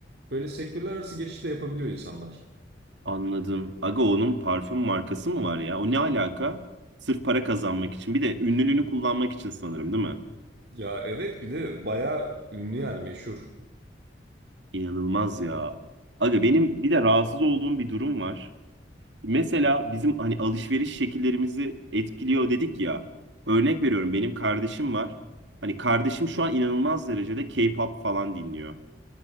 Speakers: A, on the right; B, on the right.
A: böyle sektörler arası geçiş de yapabiliyor insanlar.
B: Anladım. Aga onun parfüm markası mı var ya? O ne alaka? Sırf para kazanmak için. Bir de ünlülüğünü kullanmak için sanırım, değil mi?
A: Ya evet bir de bayağı ünlü yani meşhur.
B: İnanılmaz ya. Aga benim bir de rahatsız olduğum bir durum var. Mesela bizim hani alışveriş şekillerimizi etkiliyor dedik ya. Örnek veriyorum benim kardeşim var. Hani kardeşim şu an inanılmaz derecede K-pop falan dinliyor.